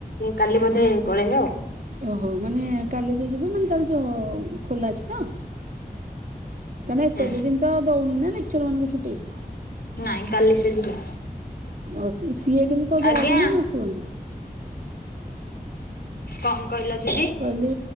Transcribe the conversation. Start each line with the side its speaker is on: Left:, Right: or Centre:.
Left: କାଲି ବୋଧେ ପଳେଇଲେ ଆଉ
Right: ଓହୋ ମାନେ କାଲି ଯୋଉ ଯିବ ମାନେ ତାର ଯୋଉ ଖୋଲା ଅଛି ତ? ତାନେ ଏତେ
Left: ହୁଁ
Right: ଏତେ ଦିନ ତ ଦଉନି ନା ଲେକ୍ଚର୍ ମାନଙ୍କୁ ଛୁଟି
Left: ନାଇଁ କାଲି ସେ ଯିବେ
Right: ଅ ସିଏ ସିଏ କିନ୍ତୁ ତୋ ଯା
Left: ଆଜ୍ଞା
Right: କିନ୍ତୁ ଏଇନା ଆସିବନି?
Left: କଣ କହିଲ ଦିଦି?
Right: କହିଲି